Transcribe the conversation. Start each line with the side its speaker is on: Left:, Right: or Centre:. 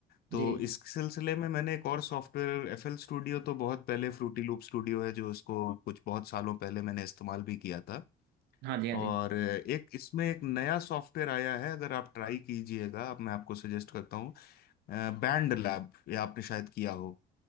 Left: तो
Right: जी
Left: इस सिलसिले में मैंने एक और सॉफ्टवेयर एफएल स्टूडियो तो बहुत पहले फ्रूटी लूप स्टूडियो है जो इसको कुछ बहुत सालों पहले मैंने इस्तेमाल भी किया था
Right: हाँ जी हाँ जी
Left: और एक इसमें एक नया सॉफ्टवेयर आया है अगर आप ट्राई कीजिएगा अब मैं आपको सजेस्ट करता हूँ बैंड लैब ये आपने शायद किया हो